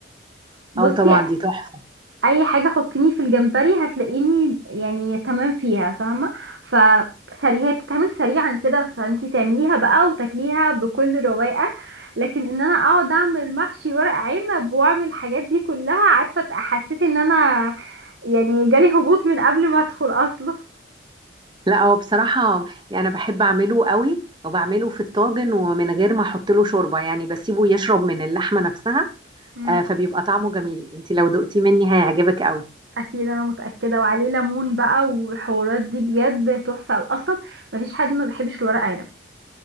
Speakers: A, on the right; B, on the right.
A: بصي
B: اه طبعا دي تحفه
A: اي حاجه حطيني في الجمبري هتلاقيني يعني تمام فيها فاهمه فسريع هي بتتعمل سريعا كده فانتي تعمليها بقى وتاكليها بكل رواقه لكن ان انا اقعد اعمل محشي ورق عنب واعمل الحاجات دي كلها عارفه حسيت ان انا يعني جالي هبوط من قبل ما ادخل اصلا
B: لا هو بصراحة يعني أنا بحب أعمله قوي وبعمله في الطاجن ومن غير ما أحط له شوربة يعني بسيبه يشرب من اللحمة نفسها
A: مم.
B: آه، فبيبقى طعمه جميل أنت لو دقتي مني هيعجبك قوي
A: اكيد انا متاكده وعليه ليمون بقى والحوارات دي بجد تحفه اصلا مفيش حد ما بيحبش الورق عنب